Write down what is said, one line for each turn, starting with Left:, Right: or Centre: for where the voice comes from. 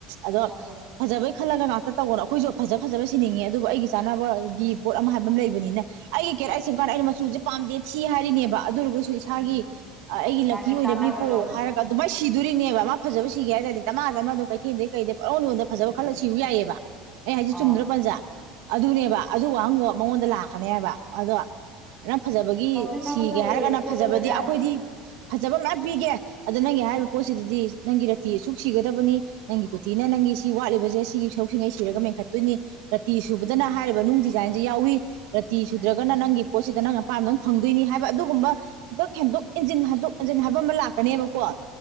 Right: ꯑꯗꯣ
Centre: ꯍꯣꯏ ꯍꯣꯏ
Right: ꯐꯖꯕꯩ ꯈꯜꯂꯒ ꯉꯥꯛꯇ ꯇꯧꯒꯅꯣ ꯑꯩꯈꯣꯏꯁꯨ ꯐꯖ ꯐꯖ ꯁꯤꯅꯤꯡꯉꯦ ꯑꯗꯨꯕꯨ ꯑꯩꯒꯤ ꯆꯥꯅꯕꯒꯤ ꯄꯣꯠ ꯑꯃ ꯍꯥꯏꯕ ꯑꯃ ꯂꯩꯕꯅꯤꯅ ꯑꯩ ꯁꯦꯝ ꯀꯥꯟꯗ ꯑꯩꯅ ꯃꯆꯨꯁꯦ ꯄꯥꯝꯗꯦ ꯊꯤ ꯍꯥꯏꯔꯤꯅꯦꯕ ꯑꯗꯨ ꯑꯣꯏꯔꯒꯁꯨ ꯏꯁꯥꯒꯤ
Centre: ꯎꯝ
Right: ꯑꯩꯒꯤ ꯂꯛꯀꯤ
Centre: ꯃꯥꯅꯦ
Right: ꯑꯣꯏꯅꯕꯅꯤꯀꯣ
Centre: ꯆꯥꯟꯅꯕꯗꯣ
Right: ꯍꯥꯏꯔꯒ ꯑꯗꯨꯃꯥꯏꯅ ꯁꯤ ꯗꯨꯔꯤꯅꯦꯕ ꯃꯥ ꯐꯖꯕ ꯁꯤꯒꯦ ꯍꯥꯏ ꯇꯥꯔꯗꯤ ꯗꯃꯥ ꯗꯃꯥ ꯑꯗꯨꯝ ꯀꯩꯊꯦꯜꯗꯒꯤ ꯀꯩꯗꯩ ꯄꯪꯌꯣꯟ ꯌꯣꯟꯗꯅ ꯐꯖꯕ ꯈꯜꯂ
Centre: ꯎꯝ
Right: ꯁꯤꯎ ꯌꯥꯏꯑꯦꯕ ꯑꯩ ꯍꯥꯏꯁꯤ
Centre: ꯑꯥꯎ
Right: ꯆꯨꯝꯗ꯭ꯔꯣ ꯖꯥ ꯑꯗꯨꯅꯦꯕ ꯑꯗꯨ ꯋꯥꯍꯪꯗꯣ ꯃꯉꯣꯟꯗ ꯂꯥꯛꯀꯅꯦ ꯍꯥꯏꯕ ꯑꯗꯣ ꯅꯪ ꯐꯖꯕꯒꯤ
Centre: ꯇꯧꯕꯤ
Right: ꯁꯤꯒꯦ
Centre: ꯊꯕꯛ ꯇꯧꯔꯤꯌꯦ
Right: ꯍꯥꯏꯔꯒꯅ
Centre: ꯇꯣꯠꯂꯖꯅꯨ
Right: ꯐꯖꯕꯗꯤ ꯑꯩꯈꯣꯏꯗꯤ
Centre: ꯌꯥꯅꯤ
Right: ꯐꯖꯕ ꯃꯌꯥꯝ ꯄꯤꯒꯦ ꯑꯗꯣ ꯅꯪꯒꯤ ꯍꯥꯏꯔꯤꯕ ꯄꯣꯠꯁꯤꯗꯗꯤ ꯅꯪꯒꯤ ꯔꯇꯤ ꯇꯤ ꯑꯁꯨꯛ ꯁꯤꯒꯗꯕꯅꯤ ꯅꯪꯒꯤ ꯀꯨꯊꯤꯅ ꯅꯪꯒꯤ ꯁꯤ ꯋꯥꯠꯂꯤꯕꯖꯦ ꯁꯤꯒꯤ ꯁꯔꯨꯛꯁꯤꯡꯉꯩ ꯁꯤꯔꯒ ꯃꯦꯟꯈꯠꯇꯣꯏꯅꯤ ꯔꯇꯤ ꯁꯨꯕꯗꯨꯅ
Centre: ꯎꯝ
Right: ꯍꯥꯏꯔꯤꯕ ꯅꯨꯡꯗꯤ ꯗꯤꯖꯥꯏꯟꯖꯦ ꯌꯥꯎꯏ ꯔꯇꯤ
Centre: ꯎꯝ
Right: ꯁꯨꯗ꯭ꯔꯒꯅ ꯅꯪꯒꯤ ꯄꯣꯠꯁꯤꯗ ꯅꯪ ꯑꯄꯥꯝꯗ ꯐꯪꯗꯣꯏꯅꯤ ꯍꯥꯏ ꯑꯗꯨꯒꯨꯝꯕ ꯈꯤꯇꯪ ꯍꯦꯟꯗꯣꯛ ꯍꯟꯖꯤꯟ ꯍꯟꯗꯣꯛ ꯍꯟꯖꯤꯟ ꯍꯥꯏꯕ ꯑꯃ ꯂꯥꯛ ꯀꯅꯦꯕꯀꯣ